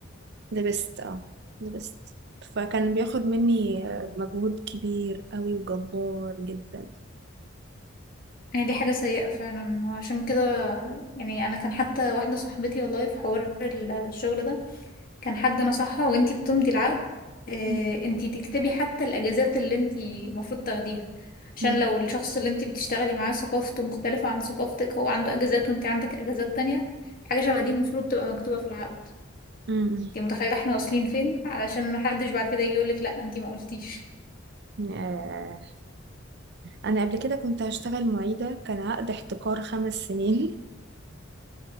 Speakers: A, on the right; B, on the left.
A: لبست اه لبست فكان بياخد مني آه، مجهود كبير قوي وجبار جدا
B: يعني دي حاجة سيئة فعلا وعشان كده يعني أنا كان حتى واحدة صاحبتي والله في حوار الشغل ده كان حد نصحها وانتي بتمضي العقد اه
A: م-
B: انتي تكتبي حتى الأجازات اللي انتي المفروض تاخديها عشان
A: م-
B: لو الشخص اللي انتي بتشتغلي معاه ثقافته مختلفة عن ثقافتك هو عنده أجازات وانتي عندك أجازات تانية حاجة شبه دي المفروض تبقى مكتوبة في العقد
A: م-
B: انتي متخيلة احنا واصلين فين علشان محدش بعد كده يجي يقولك لأ انتي ما قلتيش
A: م. آه، أنا قبل كده كنت هشتغل معيدة كان عقد احتكار خمس سنين